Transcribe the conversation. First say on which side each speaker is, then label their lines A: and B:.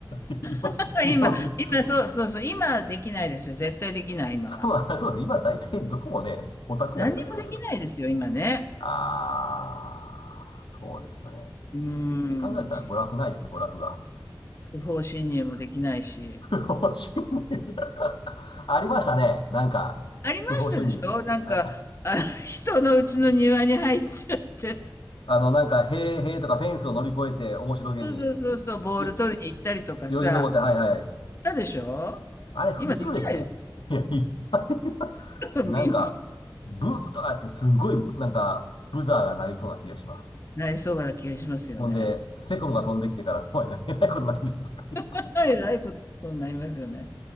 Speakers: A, on the left; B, on the left.
A: <laughs> 今、
B: <laughs>
A: 今の時代、
B: 今今、そうそうそう、今できないですよ。絶対できない、今は。
A: 多分あれそうですね。今大体どこもね、オタクやったよ。
B: 何にもできないですよ、今ね。
A: ああ、そうですよね。
B: うーん。
A: って考えたら娯楽ないですね、娯楽が。
B: 不法侵入もできないし。
A: <laughs> 不法侵入 <laughs> ありましたね。なんか、
B: ありましたでしょなんか、
A: 不法侵入。あ、
B: あの、<laughs> 人の家の庭に入っちゃって。
A: あの、なんか、塀、塀とかフェンスを乗り越えて、面白げに、
B: そうそうそうそう、ボール取りに行ったりとかさ、
A: よ、よじ登って、はいはいはい。
B: したでしょ今できないです
A: あれ、普通でしたね。いや、いや <laughs>
B: よ、<laughs>
A: なんか、
B: 今。
A: ブーとかやって、すんごい、なんか、ブザーが鳴りそうな気がします。
B: なりそうな気がしますよね。
A: ほんで、セコムが飛んできてから、お前ね、えらいことになるんじゃないか
B: <laughs> えらいことになりますよね。